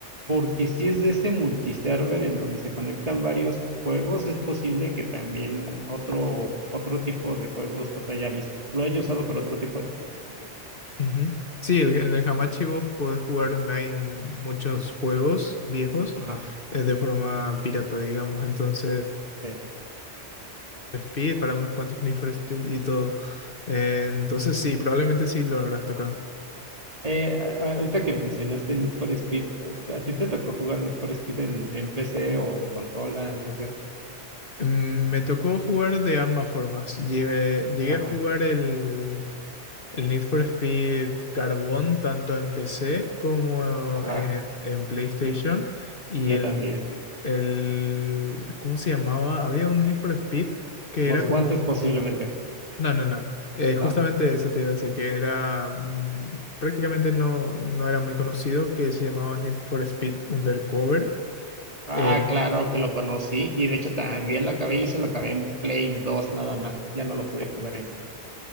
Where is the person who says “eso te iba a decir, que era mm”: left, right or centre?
Left